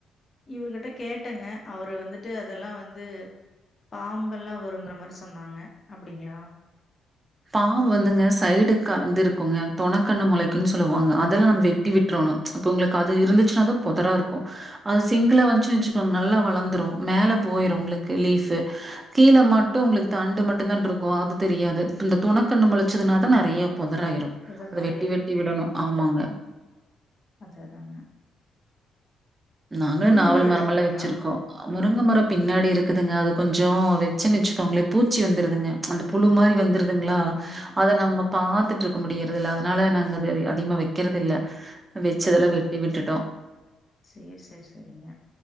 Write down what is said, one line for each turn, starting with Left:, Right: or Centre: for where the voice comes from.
Left: இவருகிட்ட கேட்டங்க அவரு வந்துட் ட்டு அதெல்லா வந்து பாம்பெல்லா வருங்கற மாரி சொன்னாங்க அப்டிங்ளா
Right: பாம்பு வந்துங்க சைடு க இது இருக்குங்க தொணக்கண்ணு மொளைக்குன்னு சொல்லுவாங்க அதுல்லா நம் வெட்டி விட்றோனு ப்ச் ப்ப உங்ளுக்கு அது இருந்துச்சுனாதா தா பொதராருக்கூ அது சிங்குலா வஞ்ச்சுன் வெச்சுக்கோங் நல்லா வளந்துரு மேல போயிரு உங்ளுக்கு லீஃபு கீழ மட்டு உங்ளுக்கு தண்டு மட்டு தான்ருக்கு அது தெரியாது ந்த துணக்கண்ணு மொளச்சதுனா தா நெறையப் பொதராயிரு
Left: புதர்
Right: அத
Left: மாரி
Right: வெட்டி
Left: ஆயிரும்.
Right: வெட்டி விடணு
Left: ம்.
Right: ஆமாங்க
Left: அதான் அதாங்க.
Right: நாங்ளு
Left: முருங்க
Right: நாவல்
Left: மரம் வச்சிருக்கீங்களா?
Right: மரமெல்லா வெச்சிருக்கோ முருங்க மரோ பின்னாடி இருக்குதுங்க அது கொஞ்சோ வெச்சன் வெச்சுக்கோங்ளே பூச்சி வந்துருதுங்க அந்த புழு மாரி
Left: ம்.
Right: வந்துருதுங்ளா
Left: ம்.
Right: அத நம்மப் பாத்துட்டு இருக்க முடியறதுல்ல அதனால நாங்க அது அதிகமா வெக்கிறது இல்ல வெச்சதெல்லா வெட்டி விட்டுட்டோ
Left: சேர் சேர் செரிங்க